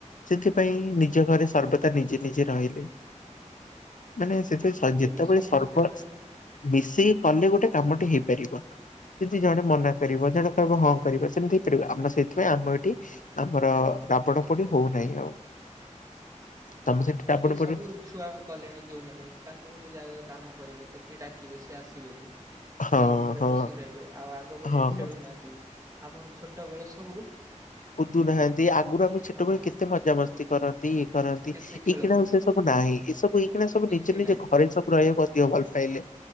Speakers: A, on the left; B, on the right.
A: ସେଥିପାଇଁ ନିଜ ଘରେ ସର୍ବଦା ନିଜେ ନିଜେ ରହିଲେ। ମାନେ
B: ହୁଁ
A: ସେ
B: ଠିକ କହିଲେ
A: ଯେତେବେଳେ
B: ସମସ୍ତେ
A: ସର୍ବ
B: ଏବେ
A: ମିଶିକ କଲେ ଗୋଟେ କାମଟି ହେଇପାରିବ। ଯେମି ଜଣେ ମନା କରିବ ଜଣେ କହିବ ହଁ କରିବା ସେମିତି ହେଇପାରିବ ଆମ ସେଇଥିପାଇଁ ଆମ ଏଇଠି ଆମର ରାପଡ ପୋଡି ହଉନାହିଁ ଆଉ। ତମ ସେଠି ରାବଣ
B: ଏ ବି
A: ପୋଡି
B: ସବୁ ଛୁଆ କଲେଣି ଯୋଉମାନେ ତାଙ୍କୁ ଗୋଟେ ଜାଗାରେ କାମ କହିବେ ତା କିଏ ଡାକିବେ ସିଏ ଆସିବେନି।
A: ହଁ
B: ଖାଲି ଘରେ
A: ହଁ
B: ପଶିକି ରହିବେ। ଆଉ ଆଗ ଭଳିଆ
A: ହଁ
B: ଖେଳୁନାହାନ୍ତି। ଆମର ଛୋଟବେଳେ ସବୁ
A: ଦୁ ନାହାନ୍ତି ଆଗରୁ ଆମେ ଛୋଟବେଳେ
B: ହଁ ହଁ
A: କେତେ ମଜାମସ୍ତି କରନ୍ତି ଇଏ କରନ୍ତି।
B: କେତେ
A: ଏଇ
B: ଖେଳ
A: ଖିଣା
B: ହୁଏ
A: ଆଉ ସେ ସବୁ ନାହିଁ। ଏ ସବୁ ଏଇଖିଣା ସବୁ
B: କିଛି
A: ନିଜେ ନିଜ
B: ନାହିଁ
A: ଘରେ ସବୁ ରହିବା ଭଲ ପାଇଲେ